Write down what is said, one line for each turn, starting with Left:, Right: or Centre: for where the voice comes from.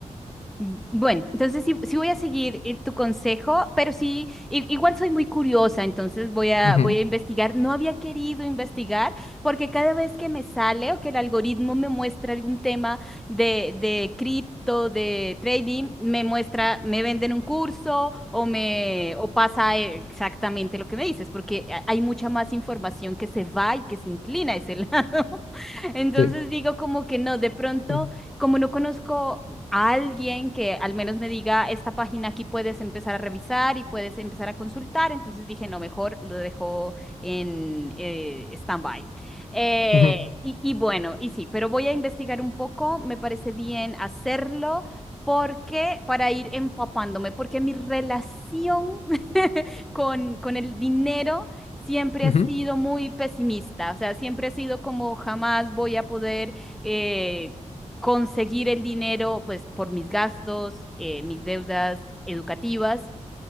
Centre: Mm, Bueno, entonces sí, sí voy a seguir eh, tu consejo, pero sí, i- igual soy muy curiosa, entonces voy a,
Left: Ujú,
Centre: voy a investigar. No había querido investigar porque cada vez que me sale o que el algoritmo me muestra algún tema de, de cripto, de trading, me muestra, me venden un curso o me, o pasa exactamente lo que me dices, porque ha- hay mucha más información que se va y que se inclina a ese lado. <laughs> Entonces
Left: Sí.
Centre: digo como que no, de pronto
Left: sí.
Centre: como no conozco a alguien que al menos me diga, esta página aquí puedes empezar a revisar y puedes empezar a consultar. Entonces dije, no, mejor lo dejo en eh, stand-by. Eh,
Left: Ujú,
Centre: y, y bueno, y sí, pero voy a investigar un poco, me parece bien hacerlo. Porque para ir empapándome, porque mi relación <laughs> con, con el dinero siempre
Left: ujú.
Centre: ha sido muy pesimista, o sea, siempre ha sido como jamás voy a poder eh, conseguir el dinero, pues, por mis gastos, eh, mis deudas educativas